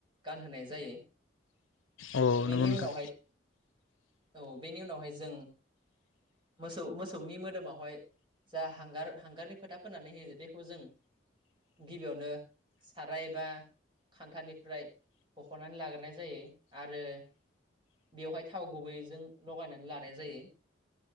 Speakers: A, on the right; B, on the left.
A: गानहोनाय जायो।
B: अ
A: बेनि
B: नोंगौ नोंथां।
A: उनावहाय औ बेनि उनावहाय जों मोसौ मोसौनि मोदोमावहाय जा हांगार हांगारनि फोथा फोननानै होयो बेेखौ जों गिबियावनो साराय बा खान्थानिफ्राय बख'नानै लाग्रोनाय जायो आरो बेवहाय थाव गुबै जों लगायनानै लानाय जायो